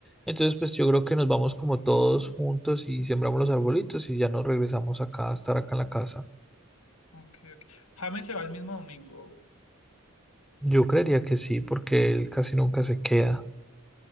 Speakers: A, in the centre; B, on the left.
A: Entonces, pues yo creo que nos vamos como todos juntos y sembramos los arbolitos y ya nos regresamos acá a estar acá en la casa.
B: Ok, ok. James se va el mismo domingo.
A: Yo creería que sí, porque él casi nunca se queda.